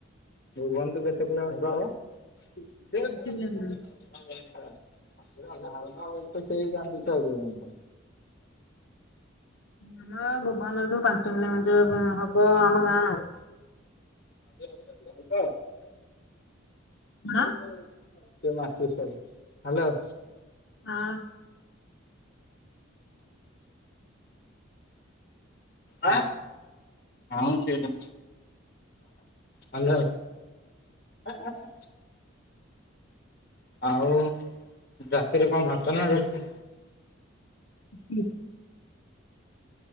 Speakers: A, on the left; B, on the left.
A: ବନ୍ତୁ ରୁ କେତ କିଲୋମିଟର ହବ? <unintelligible>
B: ପାଞ୍ଚ କିଲୋମିଟର।
A: ତ ସେଇ ପାଞ୍ଚ ଛ କିଲୋମିଟର।
B: ଆମର ଭୁବନଳଠୁ ପାଞ୍ଚ କିଲୋମିଟର ହବ ଆମ ଗାଁ ଆଉ।
A: <unintelligible>
B: କଣ?
A: <unintelligible> ହ୍ୟାଲୋ
B: ହଁ
A: ଆଁ? ହଁ ସେଠି ହାଲୋ। <unintelligible> ଆଉ ରାତିରେ କଣ ଭାତ ନା ରୁଟି?
B: ହୁଁ।